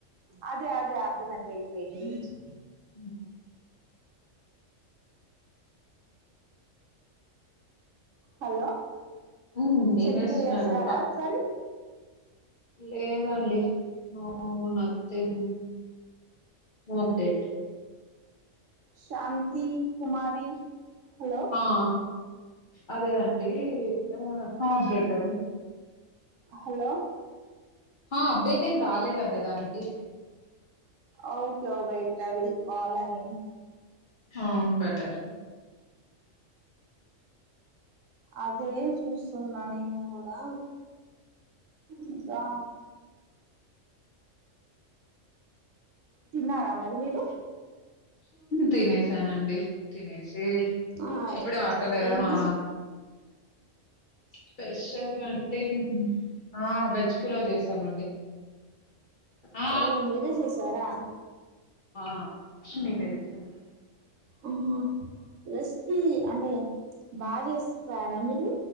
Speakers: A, on the right (about 75°); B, on the left (about 55°).
A: అదే అదే అర్థమైంది వెయిట్ చేస్
B: ఉ
A: హలో
B: ఉమ్,
A: చెక్
B: ఏం చేస్తున్నారు
A: జేసారా ఒకసారి
B: లేద్ దండి no nothing no update
A: Shanti Kumari hello
B: ఆ ఆ అదే అండి ఆ అప్డేట్ అండి
A: హలో
B: హా అప్డేట్ ఏం రాలేదండి దానికి
A: okay oh bye I will call again
B: హ బటర్
A: అదే చూస్తున్నా నేను కూడా ఇంకా తిన్నారా మరి మీరు
B: తినేసానండి తినేసాను
A: ఆ
B: ఇప్పుడు ఆకలే
A: ఏంటి
B: ఆ స్పెషల్ అంటే ఆ వెజ్కులో చేసామండి ఆ!
A: ఓ మీరే చేసారా
B: ఆ శని ఇదే దవసా నం
A: ఆహ రస్ అంటే భార్య సారా మీరు